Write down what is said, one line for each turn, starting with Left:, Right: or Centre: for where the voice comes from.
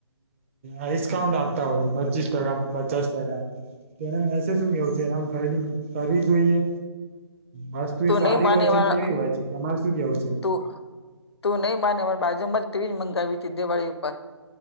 Right: આસ્કાઉન્ટ આપતા હોય પચીસ ટકા પચાસ ટકા એના મેસેજ શું કેવ છે એના ખરીદીંગ કરવી જોઈએ બસ તું એ સારી
Left: નહી માને
Right: હોય છે
Left: મારા
Right: કેવી હોય છે તમારે શું કેવું છે
Left: તું તું નહી માને બાજુમાં જ તેવીજ મંગાવી ત હતી દિવાળી ઉપર